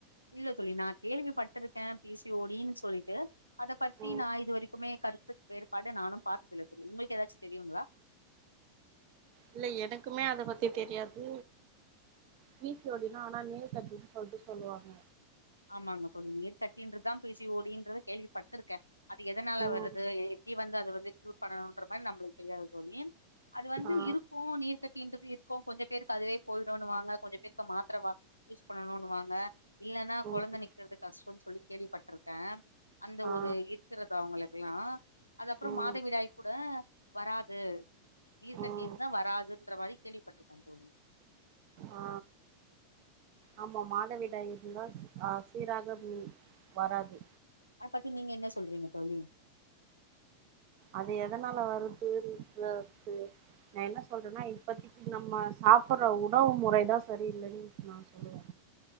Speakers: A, on the left; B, on the right.
A: இல்ல தோழி நா கேள்விப்பட்ருக்கே பி சி ஓ டினு சொல்லிட்டு அத பத்தி
B: ம்
A: நா இது வரிக்குமே கருத்து வேறுபாடு நானு பாத்ததுல தோழி உங்களுக் ஏதாச் தெரியுங்ளா
B: இல்ல எனக்குமே அத பத்தி தெரியாது பி சி ஓ டின்னா ஆனா நீர் கட்டினு சொல்ட்டு சொல்லுவாங்க
A: ஆமா அங்க கொஞ்ச நீர் கட்டின்றத்தா பி சி ஓ டின்றத கேள்விப்பட்டுருக்கே அது எதனால
B: ம்
A: வருது எ எப்டி வந்து அது வந்து க்யூர் பண்ணணுன்ற மாரி நம்பளுக்கு தெரியாது தோழி அது வந்து
B: ஆ
A: இருக்கு நீர் கட் டிற்றது இருக்கு கொஞ்ச பேருக்கு அதுவே போயிடுனுவாங்க கொஞ்ச பேருக்கு மாத்தர வா யூஸ் பண்ணணுனு வாங்க இல்ல
B: ம்
A: கொழந்த நிக்கிறது கஷ்டோன் சொல்லி கேள்விபட்ருக்கே அந்த
B: ஆ
A: ஒரு இருக்கிறது அவுங்கள குள்ளா அது அப்பறோ
B: ம்
A: மாதைவிடாய் கூட வராது நீர் கட்டி
B: ம்
A: இருந்தா வராதுன்ற மாரி கேள்விபட்ருக்கே தோழி
B: ஆ ஆமா மாதவிடாய் இருந்தா அ சீராக ப்ளீ வராது
A: அத பத்தி நீங்க என்ன சொல்றீங்க தோழி
B: அது எதனால வருது <inaudible> நா என்ன சொல்றேன்னா இப்பத்திக்கி நம்ம சாப்பற்ற உணவு முறைதா சரியில்லைன்னு நா சொல்லுவே